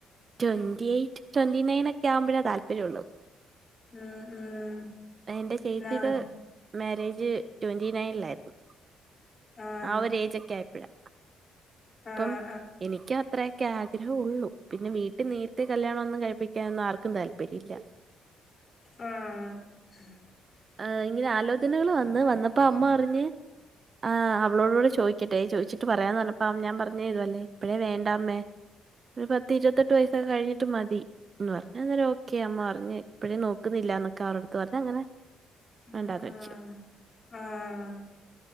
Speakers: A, on the right; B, on the left.
A: ട്വന്റി എയ്റ്റ്, ട്വന്റി നൈൻ ഒക്കെ ആവുമ്പോള താല്പര്യഉള്ളെ
B: ഉം ഉം
A: എന്റെ ചേച്ചിയുടെ
B: <unintelligible>
A: മാരേജ് ട്വന്റി നയനിലായിരുന്നു.
B: ആഹ്
A: ആ ഒരു ഏജൊക്കെ ആയപ്പഴാ അപ്പം
B: ആഹ്
A: എനിക്ക്- അത്രയൊക്കെ ആഗ്രഹോള്ളൂ. പിന്നെ വീട്ടിൽ നേരത്തെ കല്യാണമൊന്നും കഴിപ്പിക്കാനൊന്നും ആർക്കും താല്പര്യമില്ല.
B: ആഹ്
A: ആ ഇങ്ങനെ ആലോചനകൾ വന്ന് വന്നപ്പോ അമ്മ പറഞ്ഞ് ആഹ് അവളോട് കൂടെ ചോദിക്കട്ടെ ചോദിച്ചിട്ട് പറയാന്ന് പറഞ്ഞപ്പ ഞാൻ പറഞ്ഞ് ഇതുപോലെ ഇപ്പഴേ വേണ്ടാ അമ്മേ ഒരു പത്തി ഇരുപത്തെട്ട് വയസ്സോക്കെ കഴിഞ്ഞിട്ട് മതി. ഇ പറഞ്ഞ അന്നേരം ഓക്കെ അമ്മ പറഞ്ഞ് ഇപ്പഴേ നോക്കുന്നില്ല എന്നൊക്കെ അവരോടുത്ത് പറഞ് അങ്ങനെ
B: ഉം
A: വേണ്ടാന്ന് വെച്ചു
B: ആ ആഹ